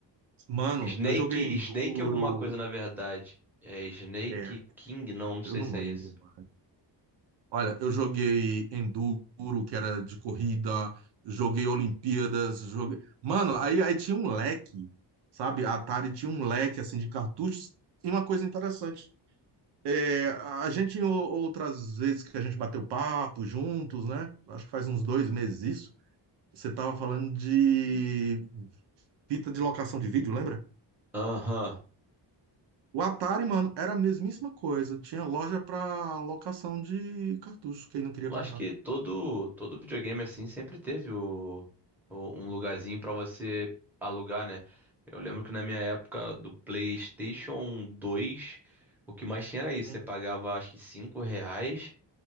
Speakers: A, on the right; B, in the centre.
A: Mano,
B: Snake.
A: eu joguei Enduro.
B: Snake alguma coisa, na verdade. É Snake
A: É,
B: King? Não, não sei
A: eu não
B: se
A: lembro,
B: é isso.
A: mano. Olha, eu joguei Enduro, que era de corrida, joguei Olimpíadas, joguei. Mano, aí, aí tinha um leque, sabe? A Atari tinha um leque assim de cartuchos. E uma coisa interessante. É, a gente, o- outras vezes que a gente bateu papo juntos, né? Acho que faz uns dois meses isso. Você tava falando de fita de locação de vídeo, lembra?
B: Aham.
A: O Atari, mano, era a mesmíssima coisa. Tinha loja pra locação de cartucho, quem não queria
B: Eu
A: comprar.
B: Acho que todo, todo videogame assim sempre teve o, o- um lugarzinho pra você alugar, né? Eu lembro que na minha época do PlayStation 2, o que mais tinha era isso.
A: Hum,
B: Você pagava acho que 5 reais.